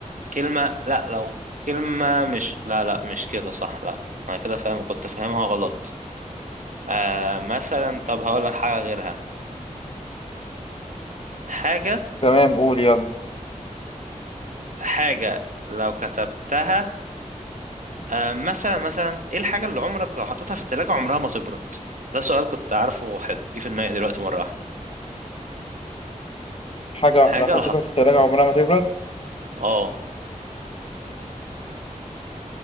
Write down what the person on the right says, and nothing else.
كلمة لا لو كلمة مش لا لا مش كده صح لا انا كده فاهم كنت فاهمها غلط آه مثلا طب هقولك حاجة غيرها حاجة
حاجة لو كتبتها آه، مثلا مثلا ايه الحاجة اللي عمرك لو حطيتها في التلاجة عمرها ما تبرد ده سؤال كنت عارفه حلو جه في دماغي دلوقتي مرة واحدة
حاجة
لو حط
اه